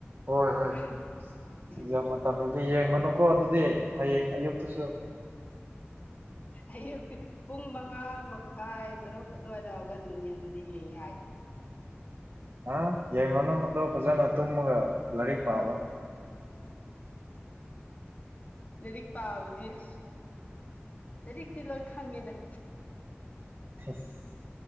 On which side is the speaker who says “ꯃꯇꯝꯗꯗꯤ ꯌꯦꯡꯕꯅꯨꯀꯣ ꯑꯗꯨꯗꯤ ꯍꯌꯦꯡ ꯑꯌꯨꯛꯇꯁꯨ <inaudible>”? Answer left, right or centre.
Right